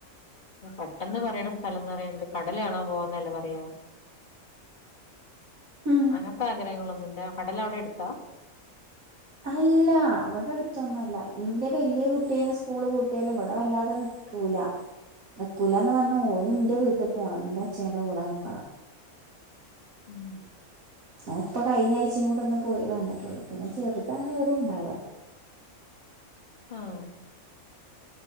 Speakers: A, on the left; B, on the right.
A: പെട്ടെന്ന് പറയണ സ്ഥലം എന്ന് പറയുന്നത് കടല് കാണാൻ പോവാന്നല്ലെ പറയാ
B: ഉം
A: അങ്ങനത്തെ ആഗ്രഹങ്ങളൊന്നുമില്ല കടൽ അവിടെ എടുത്താ
B: അല്ല ഇവിടെ അടുത്തൊന്നല്ല ഇന്റെ വലിയ കുട്ടി കുട്ടികള് സ്കൂള് പൂട്ടിയാലും ഇവിടം വല്ലാതെ നിക്കൂല നിക്കുല എന്ന് പറഞ്ഞ ഓന് എന്റെ വീട്ടിൽ പോകണം എന്റെ അച്ഛന്റെ കൂടെ നിൽക്കണം
A: ഉം
B: ഇപ്പ കഴിഞ്ഞാഴ്ച കൂടെ ഒന്ന് പോയി വന്നിട്ടുള്ളൂ പിന്നെ ചെറുതാണ് ഇവിടെ ഉണ്ടാവുക
A: അഹ്